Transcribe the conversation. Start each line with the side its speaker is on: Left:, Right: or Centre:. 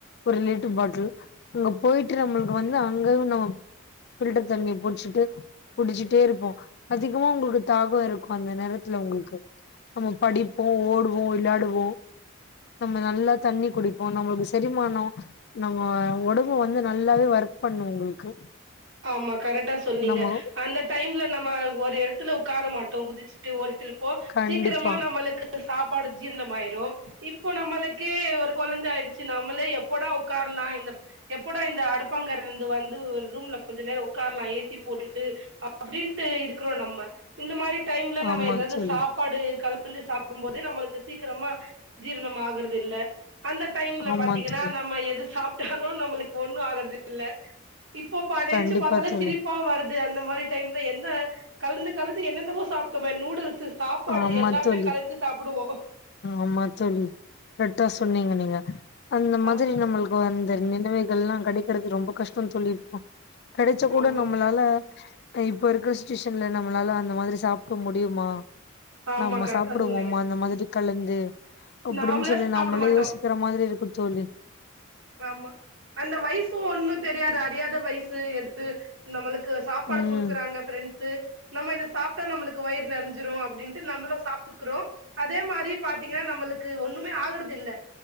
Left: ஒரு லிட்டர் பாட்டில் அங்க போய்ட்டு நம்ள்க்கு வந்தா அங்கயும் நம்மக்கு பில்டர் தண்ணிய புடிச்சுட்டு குடிச்சிட்டே இருப்போ அதிகமா உங்களுக்கு தாகம் இருக்கு அந்த நேரத்துல உங்களுக்கு நம்ம படிப்போ ஓடுவோ விளயாடுவோ நம்ம நல்லா தண்ணி குடிப்போ நம்மளுக்கு செரிமானோ நம்ம ஒடம்பு வந்து நல்லாவே ஒர்க் பண்ணு உங்களுக்கு
Right: ஆமா கரெக்டா சொன்னீங்க
Left: நம்ம
Right: அந்த டைம்ல நம்ம ஒரு இடத்துல உட்கார மாட்டோ குதிச்சு ஓடிட்டு இருப்போ
Left: கண்டிப்பா
Right: சீக்கிரமா நம்மளுக்கு சாப்பாடு ஜீரணம் ஆயிரு இப்போ நம்மளுக்கு ஒரு கொழந்தை ஆயிடுச்சு நம்மளே எப்போடா உட்காரலா இந்த எப்படா இந்த அடுப்பங்கரயில இருந்து வந்து ஒரு ரூம்ல கொஞ்சோ நேரோ உட்காரலா ஏசி போட்டுட்டு அப்டின்ட்டு இருக்குறோ நம்ம இந்த மாரி டைம்ல நம்ம
Left: ஆமா
Right: ஏதாவது
Left: தோழி
Right: சாப் சாப்பாடு கலந்து சாப்டும் போது நம்மளுக்கு சீக்கிரமா ஜீரணம் ஆகுறது இல்ல அந்த டைம்ல
Left: ஆமா
Right: பாத்தீங்கன்னா
Left: தோழி
Right: நம்ம எது சாப்பிட்டாலு நம்மளுக்கு ஒண்ணு ஆகுறது இல்ல இப்போ நெனைச்சு
Left: கண்டிப்பா
Right: பாத்தாலே
Left: தோழி
Right: சிரிப்பா வருது அந்த மாரி டைம்ல எந்த கலந்து கலந்து என்னென்னவோ சாப்ட்டோமே நூடுல்ஸ் சாப்பாடு
Left: ஆமா
Right: எல்லாமே
Left: தோழி
Right: கலந்து சாப்டுவோ
Left: ஆமா தோழி கரெக்டா சொன்னீங்க நீங்க அந்த மாதிரி
Right: ஆமா
Left: நம்மளுக் இப்ப அந்த நினைவைகள்லா கெடைக்கிறது ரொம்ப கஷ்டோ தோழி இப்ப கடைச்சாக் கூட
Right: ஆமா
Left: நம்மளால இப்ப இருக்கிற சுச்சுவேஷன்ல நம்மளால அந்த மாதிரி சாப்புட முடியுமா
Right: ஆமா
Left: நம்ம
Right: கரெக்டா
Left: சாப்புடுவோம்மா
Right: சொன்னீங்க
Left: அந்த மாதிரி கலந்து அப்டின்னு
Right: நாமளே
Left: சொல்லி
Right: சாப்ட
Left: நம்மல்லே
Right: மாட்டோ
Left: யோசிக்கிற மாதிரி இருக்கூ தோழி
Right: ஆமா அந்த வயசூ ஒண்ணூ தெரியாது அறியாத வயசு எது நம்மளுக் கு சாப்பாடு
Left: ம்
Right: கொடுக்குறாங்க பிரெண்ட்ஸூ நம்ம இதெ சாப் ட்டா நம்முளுக்கு வயிறு நெறஞ்ஞிரூ அப்பின்ட்டு நம்மள சாப்ட்டுக்குறோ அதே மாதிரி பாத்தீங்கன்னா நம்மளுக்கு ஒண்ணுமே ஆகுறது இல்ல